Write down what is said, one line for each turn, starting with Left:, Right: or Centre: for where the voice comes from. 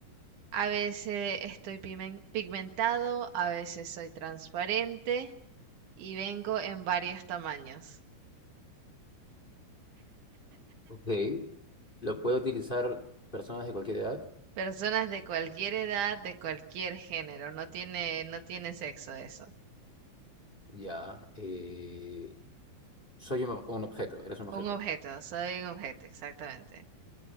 Right: A veces estoy pimen- pigmentado, a veces soy transparente y vengo en varios tamaños.
Left: Ok. ¿Lo puede utilizar personas de cualquier edad?
Right: Personas de cualquier edad, de cualquier género, no tiene, no tiene sexo eso.
Left: Ya. Eh, soy un, un objeto, eres un
Right: Un
Left: objeto.
Right: objeto, soy un objeto, exactamente.